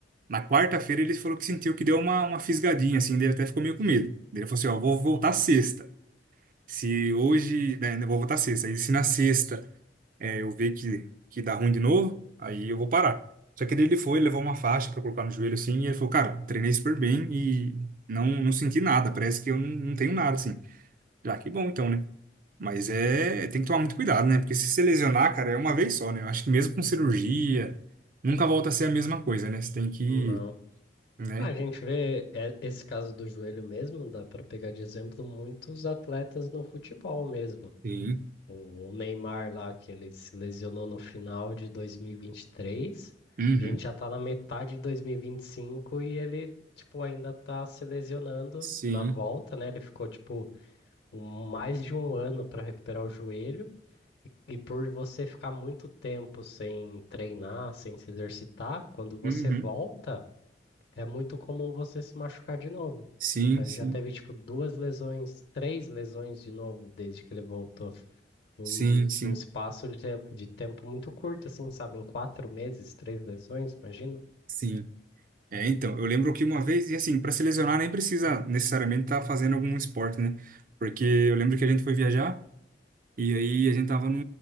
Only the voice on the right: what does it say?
Na quarta-feira ele falou que sentiu que deu uma, uma fisgadinha, assim, dele até ficou meio com medo. Daí Ele falou assim, ó, vou voltar sexta. Se hoje, né, eu vou voltar sexta. E se na sexta é, eu ver que, que dá ruim de novo, aí eu vou parar. Só que daí ele foi, levou uma faixa pra colocar no joelho, assim, e ele falou, cara, treinei super bem e não, não senti nada, parece que eu não, não tenho nada, assim. Já que bom, então, né? Mas é, tem que tomar muito cuidado, né? Porque se você lesionar, cara, é uma vez só, né? Eu acho que mesmo com cirurgia, nunca volta a ser a mesma coisa, né? Você tem que,
né?
Sim.
Uhum.
Sim.
Uhum.
Sim,
sim.
Sim, sim,
sim. É, então, eu lembro que uma vez, e assim, para se lesionar nem precisa necessariamente estar fazendo algum esporte, né? Porque eu lembro que a gente foi viajar e aí a gente tava num,